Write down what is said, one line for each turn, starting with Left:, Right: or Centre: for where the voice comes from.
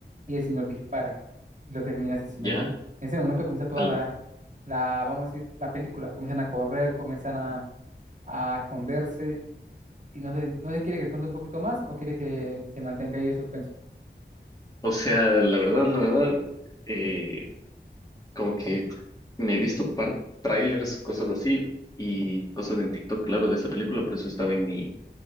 Right: y el señor dispara y lo termina asesinando.
Left: ya.
Right: En ese momento comienza toda
Left: Al-
Right: la, la, vamos a decir, la película, comienzan a correr, comienzan a, a esconderse, y no sé, no sé, ¿quiere que cuente un poquito más o quiere que se mantenga ahí el suspenso?
Left: o sea, la verdad, la verdad, eh, como que me he visto par trailers, cosas así, y cosas en TikTok, claro, de esa película, por eso estaba en mi,